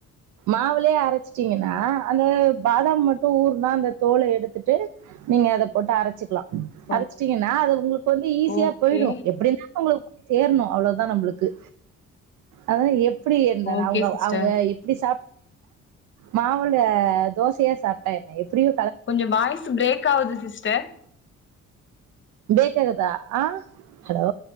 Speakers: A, on the right; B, on the left.
A: மாவுலே அரச்சிட்டீங்கன்னா அந்த பாதாம் மட்டு ஊருனா அந்த தோல எடுத்துட்டு நீங்க அத போட்டு அரச்சிக்கலா
B: ஓ-
A: அச்சுட்டீங்கன்னா அது உங்களுக்கு வந்து ஈஸியா
B: ஓகே
A: போயிடு எப்படின்னா உங்களுக்கு தேர்னு அவ்ளோதா நம்பளுக்கு அதா எப்படி இருந்த
B: ஓகே
A: நா அவுங்க
B: சிஸ்டர்
A: அவுங்க இப் இப்படி <inaudible> மாவுள தோசையா சாப்ட்டா என்ன எப்படியு
B: கொஞ்சோ வாய்ஸ் பிரேக் ஆவுது சிஸ்டர்
A: பேக்கறதா அ ஹலோ